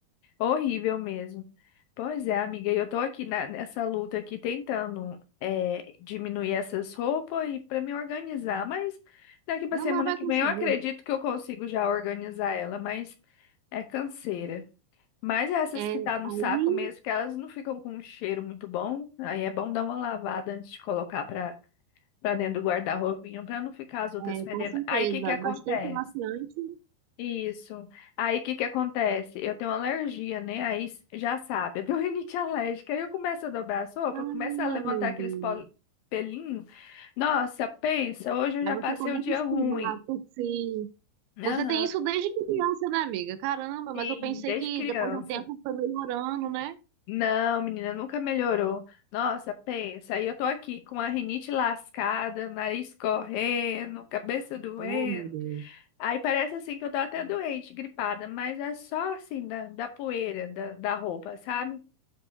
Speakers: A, on the left (about 75°); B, on the right (about 80°).
A: Horrível mesmo. Pois é, amiga, e eu tô aqui na- nessa luta aqui tentando é, diminuir essas roupas e para me organizar, mas daqui pra
B: Não,
A: semana
B: mas vai
A: que
B: conseguir.
A: vem eu acredito que eu consigo já organizar ela, mas é canseira. Mas essas que
B: É,
A: tá no
B: aí,
A: saco mesmo, que elas não ficam com um cheiro muito bom, aí é bom dar uma lavada antes de colocar para para dentro do guarda-roupinha para não ficar as outras
B: é,
A: fedendo.
B: com certeza,
A: Aí o que que acontece?
B: bastante amaciante.
A: Isso. Aí o que que acontece? Eu tenho alergia, né? Aí s- já sabe, eu tenho <laughs> rinite alérgica. Aí eu começo a dobrar a sopa,
B: Ah,
A: começo a levantar
B: meu
A: aqueles
B: Deus.
A: pol- pelinhos. Nossa, pensa, hoje eu já
B: Aí você
A: passei
B: começa
A: o dia
B: a espirrar,
A: ruim.
B: tossir.
A: Aham,
B: Você tem isso desde criança, né, amiga? Caramba, mas
A: sim,
B: eu pensei
A: desde
B: que
A: criança.
B: depois de um tempo foi melhorando, né?
A: Não, menina, nunca melhorou. Nossa, pensa, aí eu tô aqui com a rinite lascada, nariz correndo, cabeça doendo.
B: Oh, meu Deus.
A: Aí parece assim que eu tô até doente, gripada, mas é só assim da, da poeira da, da roupa, sabe?